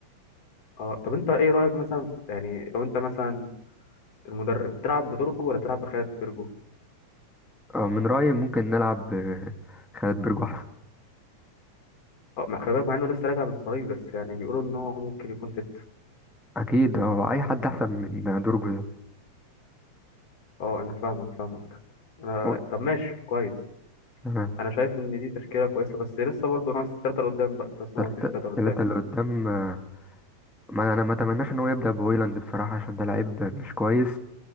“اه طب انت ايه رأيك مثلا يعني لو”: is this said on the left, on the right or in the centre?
Left